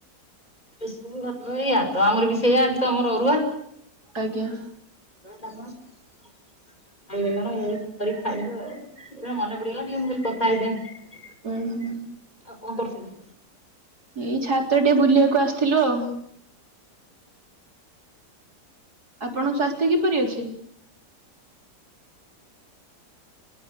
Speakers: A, on the left; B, on the right.
A: ସବୁ ଭଇ ୟଦ ତ ଆମର ବି ସେଇୟ ଆଜି ତମର ଅରୁଆ।
B: ଆଜ୍ଞା
A: ଦହି ବାଇଗଣ ଏ ସବୁ କରିକି ଖାଇଲୁ ଆଉ। ଏ ମନେ ପୁଡିଗଲା ମୁଁ କହିଲି କଥା ହେଇଯାଏ।
B: ଉଁ ହୁଁ ହୁଁ।
A: ଆଉ କଣ କରୁଥିଲେ।
B: ଏଇ ଛାତ ଟିକେ ବୁଲିବାକୁ ଆସିଥିଲୁ ଆଉ। ଆପଣଙ୍କ ସ୍ୱାସ୍ଥ୍ୟ କିପରି ଅଛି।